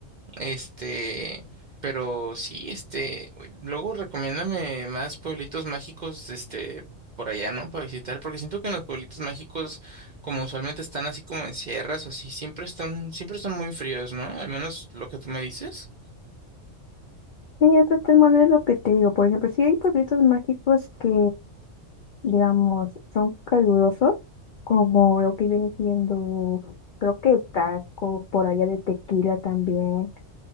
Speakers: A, on the right; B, on the left.
A: Este, pero sí, este, luego recomiéndame más pueblitos mágicos, este, por allá, ¿no? Para visitar, porque siento que en los pueblitos mágicos, como usualmente están así como en sierras o así, siempre están, siempre están muy fríos, ¿no? Al menos lo que tú me dices.
B: Sí, estos tres maneras es lo que te digo. Por ejemplo, sí hay pueblitos mágicos que digamos, son calurosos, como lo que viene siendo, creo que Tasco, por allá de Tequila también,